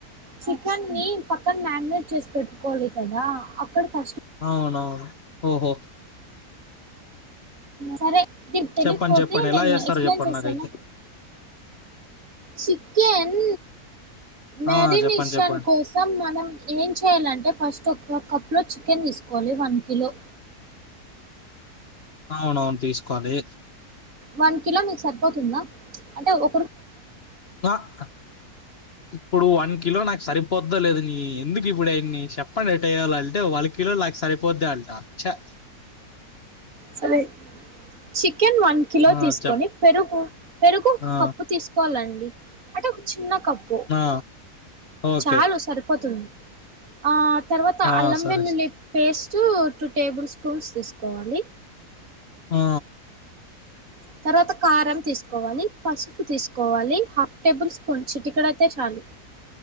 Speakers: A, on the right; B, on the left.
A: చికెన్ ని పక్కన మ్యారినేట్ చేసి పెట్టుకోవాలి కదా అక్కడ ఫస్ట్
B: అవునవును ఓహో
A: సరే తిర్ తెలియకపోతే
B: చెప్పండి, చెప్పండి.
A: నేను
B: ఎలా చేస్తారో
A: ఎక్స్ప్లెయిన్
B: చెప్పండి
A: చేశానా
B: నాకైతే.
A: చికెన్ మ్యారినేషన్
B: ఆ! చెప్పండి, చెప్పండి.
A: కోసం మనం ఏం చేయ్యాలంటే ఫస్ట్ ఒక కప్లో చికెన్ తీసుకోవాలి వన్ కిలో
B: అవునవును తీసుకోవాలి
A: వన్ కిలో మీకు సరిపోతుందా చ్ అంటే ఒ
B: బకా ఇప్పుడు వన్ కిలో నాకు సరి పొద్దలేదుని ఎందుకు ఇప్పుడు ఇయన్ని చెప్పండి ఎట్ య్యాలి అంటే వాళ్ళకి కిలో లక్ సారిపోద్ద అంట చ్చ
A: సదే చ్చి చికెన్ వన్ కిలో
B: ఆ!
A: తీసుకొని
B: చెప్
A: పెరుగు పెరుగు ఒక
B: ఆ!
A: కప్పు తీసుకోవాలండి అంటే చిన్న కప్పు
B: ఆ! ఓకే.
A: చాలు సరిపోతుంది ఆ తర్వాత
B: ఆ!
A: అల్లం
B: సరే.
A: వెల్లుల్లి
B: సరే.
A: పేస్ట్ టూ టేబుల్ స్పూన్స్ తీసుకోవాలి.
B: ఆ
A: తర్వాత కారం తీసుకోవాలి పసుపు తీసుకోవాలి టేబుల్ స్పూన్స్ చిటికెడైతే చాలు